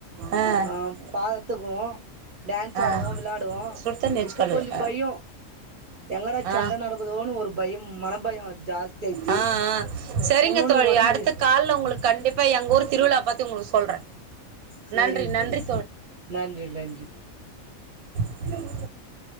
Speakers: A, on the right (about 85°); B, on the right (about 50°).
A: ஆ ஆ ஆ
B: அ பா கோ டான்ஸ் ஆடுவோ
A: ஆ
B: விளாடுவோ
A: சுடு தண்ணி வச்சு
B: இப்ப
A: கழுவு
B: கொஞ்ச
A: ஆ
B: பயோ எங்கடா சண்ட
A: ஆ
B: நடக்குதோனு ஒரு பயம் மன பயம் ஜாஸ்தி ஆயிடுச்சு
A: ஆ ஆ சேரிங்க
B: உன்னொன்னு
A: தோழி
B: ஒடம்புக்கு
A: அடுத்த கால்ல உங்களுக்கு கண்டிப்பா எங்க ஊர் திருவிழா பாத்தி உங்களுக்கு சொ சொல்றே
B: சேரிங்க
A: நன்றி
B: தோழி
A: நன்றி
B: நன்றி நன்றி
A: <inaudible>